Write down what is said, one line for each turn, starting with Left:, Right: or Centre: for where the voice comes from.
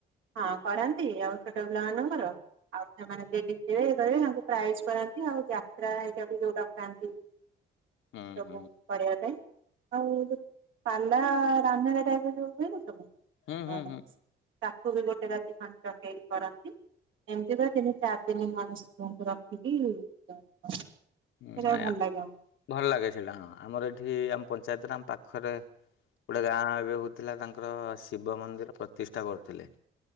Right: ହଁ କରନ୍ତି ଆଉ ଛୋଟ ପିଲାମାନଙ୍କର। ଆଉ ସେମାନେ ଯିଏ ଜିତିବେ ଇଏ କରିବେ ତାଙ୍କୁ ପ୍ରାଇଜ୍ କରାନ୍ତି ଆଉ ଯାତ୍ରା ହେଇକା ବି ଯୋଉ ଡକାନ୍ତି।
Left: <inaudible>
Right: ତବୁ।
Left: ହୁଁ
Right: କରିବା ପାଇଁ। ଆଉ ଯେ ପାଲା ରାମାୟଣ ଟାଇପ୍ ର ଯୋଉ ହୁଏନି ସବୁ?
Left: ହୁଁ ହୁଁ
Right: ହଁ
Left: ହୁଁ
Right: ତାକୁ ବି ଗୋଟେ ରାତି ପାଞ୍ଚକେଇ କରନ୍ତି। ଏମିତି ଦେ ତିନି ଚାର ଦିନ ମାନେ ଶିବଙ୍କୁ ରଖିକି। <inaudible>
Left: ହୁଁ
Right: ସେଟା
Left: ଆଇଆଁ
Right: ଭଲ ଲାଗେ ଆମର।
Left: ଭଲ ଲାଗେ ସେଇଟା ହଁ ଆମର ଏଠି ଆମ ପଞ୍ଚାୟତରେ ଆମ ପାଖରେ ଗୋଟେ ଗାଁ ଏବେ ହଉଥୁଲା ତାଙ୍କର ଶିବ ମନ୍ଦିର ପ୍ରତିଷ୍ଠା କରଥୁଲେ।